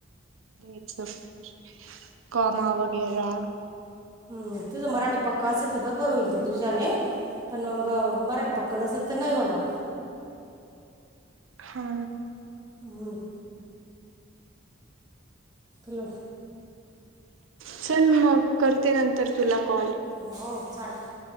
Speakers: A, on the right; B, on the right.
A: ते सगळं फॉर्म वगैरा
B: हम तुझं मराठी पक्का असेल. तर बरोबर होईल ते तुझ्याने पण मग मरा ठी पक्क नसेल. तर नाही होणार
A: हा
B: हम् तुला
A: चल मग करते. नंतर तुला कॉल
B: हो चालेल.